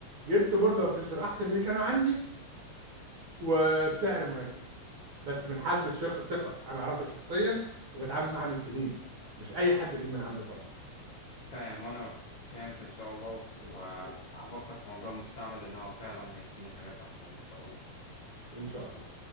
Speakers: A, on the right (about 60°); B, on the left (about 65°).
A: جبت بورده وبروسيسور احسن من اللي كانوا عندي وبسعر مناسب بس من حد شق ثقة أنا أعرفه شخصيا وبتعامل معاه من سنين مش أي حد أجيب من عنده خلاص
B: فاهم وأنا ف- فهمت إن شاء الله وف- وهفكر في موضوع المستعمل إن هو فعلا هيديني حاجات أحسن إن شاء الله
A: إن شاء الله